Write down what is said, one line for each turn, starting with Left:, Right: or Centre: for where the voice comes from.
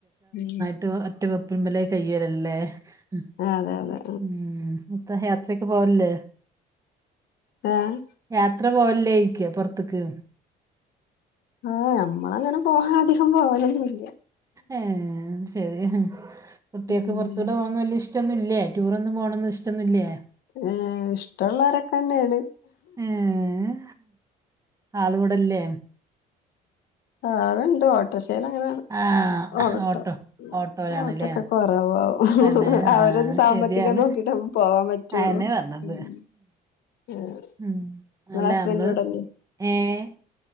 Left: ഉം ഉം
Right: ട്ട് ഒറ്റ വെപ്പ്മ്മലേ കയ്യേലല്ലേ ഉം
Left: അതെ അതെ
Right: ഉം ഇൻതാ യാത്രെക്കെ പോവലില്ലേ
Left: ഏഹ്
Right: യാത്ര പോവലില്ലേ ചൊയ്ക്കാ പൊറത്ത്ക്ക്
Left: ആഹ് ഞമ്മളങ്ങനെ പോകാ അധികം പോവലൊന്നൂല്ല
Right: ഏഹ് ശരി കുട്ടിയാക്ക്
Left: ഉം
Right: പൊറത്തൂടെ പോവന്ന് വല്ല്യഷ് ട്ടന്നൂല്ലേ ടൂറൊന്നും പോണന്ന് ഇഷ്ട്ടൊന്നുല്ലേ
Left: ഏഹ് ഇഷ്ട്ടൊള്ളോരൊക്കെന്നാണ്
Right: ഏഹ് ആള് ഇവടെല്ലേ
Left: ആള്ണ്ട് ഓട്ടോറിക്ഷേലങ്ങനെ
Right: ആഹ്
Left: ഓട്ടോ ഉം
Right: ഓട്ടോയിലാണല്ലേ
Left: ഓട്ടൊക്കെ കൊറവാ
Right: തന്നെ
Left: അവരെ
Right: ആഹ്
Left: സാമ്പത്തികം
Right: ശരിയാണ്
Left: നോക്കി ട്ടം പോവാൻ പറ്റുള്ളൂ
Right: അയന്നെ പറഞ്ഞത്
Left: ഉം ആഹ്
Right: ഉം
Left: ഇങ്ങള
Right: അല്ല
Left: ഹസ്ബൻ്റ്
Right: നമ്മള്
Left: ഇവിടെല്ലേ
Right: ഏഹ്